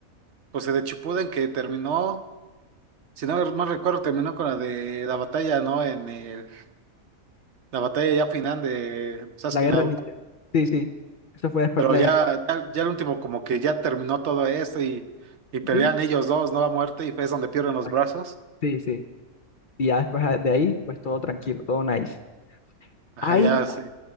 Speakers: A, on the right; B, on the left.
A: pues el de Chipuden que terminó, si no mal recuerdo, terminó con la de la batalla, ¿no? En el- la batalla ya final de Sasuke
B: la guerra
A: y Naruto.
B: ninja. Sí, sí. Eso fue después
A: Pero
B: de la
A: ya,
B: guerra.
A: ya, ya el último como que ya terminó todo esto y, y
B: Sí,
A: pelean
B: sí.
A: ellos dos, ¿no? A muerte y es donde pierden
B: Exacto,
A: los brazos.
B: Sí, sí. Y ya después a- de ahí, pues todo tranquilo, todo nice.
A: Ajá,
B: Hay,
A: ya, sí.